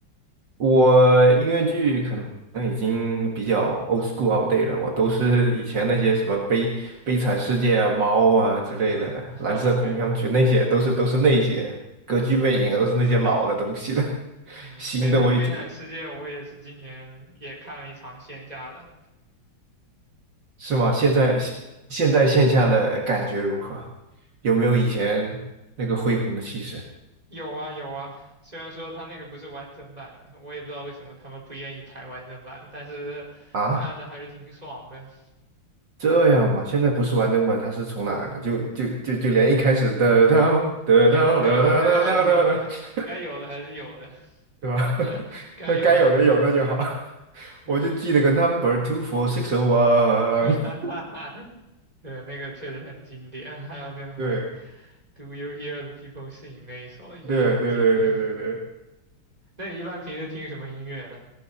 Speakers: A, on the right; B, on the right.
A: 我音乐剧可能已经比较 old school o l t day 了，我都是以前那些什么悲悲惨世界啊、猫啊之类的，
B: <laughs> 啊，
A: 蓝色狂想曲那些都是都是那些歌剧魅影啊，
B: 对，嗯
A: 都是那些老的东西了，<laughs>
B: 嗯，
A: 新的我已经
B: 《悲惨悲惨世界》我也是今年也看了一场线下的，
A: 是吗？现在现在线下的感觉如何？有没有以前那个恢宏的气势
B: <laughs> 有啊有啊。虽然说他那个不是完整版的，我也不知道为什么他们不愿意排完整版，但是看的还是挺爽的。
A: 啊？这样嘛，现在不是完整版，它是从哪儿了？就就就就连一开始的当的当的当的当
B: 有啊有啊，那个还是有的，
A: <laughs>
B: 该有的还是有的，
A: 对吧？
B: <laughs>
A: <laughs>
B: 该有的还是有。
A: 那该有的有，那就好。<laughs>
B: 对，
A: 我就记了个 number two four six o one。
B: <laughs> 对，那个确实很经典。还有那什么
A: 对
B: ，Do you hear the people sing 那一首也是很经典。
A: 对对对对对对，
B: 那你一般平时听什么音乐呢？